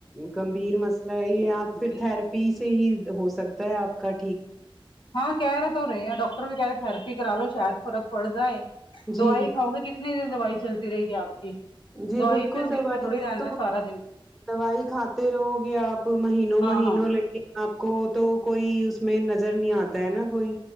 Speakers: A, in the centre; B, on the left.
A: گمبھیر مسئلہ ہے یہ آپ پھر
B: جی
A: تھرپی پی سے ہی ہو سکتا ہے آپ کا ٹھیک
B: ہاں کہہ رہے تو رہے اں ڈاکٹر بھی کہہ رہے تھرپی کرا لو شاید فرق پڑ جائے
A: جی
B: دوائی کاؤ گے کتنی دیر دوائی چلتی رہے گی آپ کی
A: جی
B: دوائی
A: بالکل
B: پہ سر
A: دوائی
B: پہ تھوڑی
A: سے
B: رہنا
A: تو
B: سارا دن
A: دوائی کھاتے رہو گے آپ مہینوں
B: ہاں
A: مہینوں
B: ہاں
A: لے کے آپ کو تو کوئی اس میں نظر نہیں آتا ہے نا کوئی